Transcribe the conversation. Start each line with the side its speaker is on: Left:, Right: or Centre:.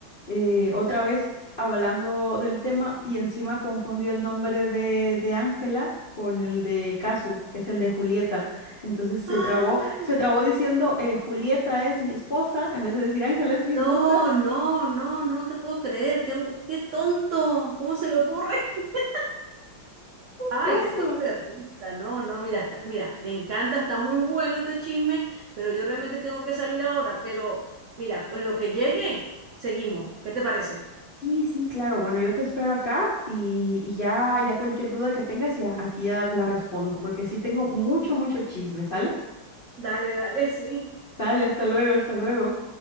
Left: eh, otra vez hablando del tema y encima confundió el nombre de de Ángela con el de Casu, que es el de Julieta. Entonces se
Right: Ah.
Left: trabó, se trabó diciendo eh, Julieta es mi esposa, en vez de decir Ángela es mi esposa.
Right: No, no, no, no te puedo creer. Qué, bu- qué tonto. ¿Cómo se le ocurre? <laughs> Ay,
Left: Casu.
Right: esto es de risa. No, no, mira, está- mira, me encanta, está muy bueno este chisme, pero yo realmente tengo que salir ahora. Pero mira, en lo que llegue, seguimos. ¿Qué te parece?
Left: Sí, sí, claro. Bueno, yo te espero acá y, y ya, ya cualquier duda que tengas, ya aquí ya la respondo, porque sí tengo mucho, mucho chisme, ¿sale?
Right: Dale, dale, <laughs> sí.
Left: Sale, hasta luego, hasta luego.